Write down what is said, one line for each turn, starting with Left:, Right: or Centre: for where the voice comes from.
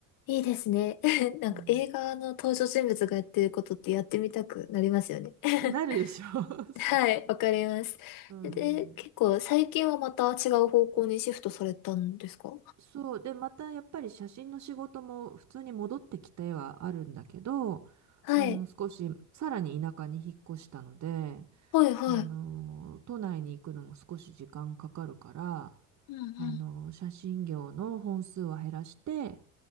Left: いいですね。<laughs>
Right: うん、
Left: なんか映画の登場人物がやってることってやってみたくなりますよね。<laughs>
Right: なるでしょ <laughs> そうそ
Left: はい、わかります。
Right: う。う
Left: で、結構最近はまた違う方向にシフトされたんですか
Right: ん。そう。で、またやっぱり写真の仕事も普通に戻ってきてはあるんだけど、
Left: はい。
Right: あの、少し、さらに田舎に引っ越したので、
Left: はい、はい。
Right: あの、都内に行くのも少し時間かかるから、
Left: うんうん。
Right: あの、写真業の本数は減らして、